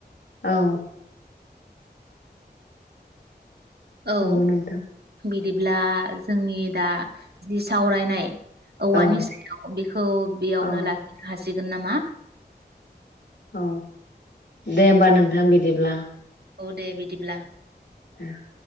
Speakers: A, on the left; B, on the right.
A: औ
B: औ
A: नंगौ नोंथां
B: बिदि ब्ला जोंनि दा जि सावरायनाय औवानि
A: औ
B: सायाव बेखौ बेयावनो
A: औ
B: लाखिनो हासि सिगोन नामा
A: औ दे होमबा नोंथां बिदिब्ला
B: औ दे बि बिदिब्ला
A: दा <unintelligible>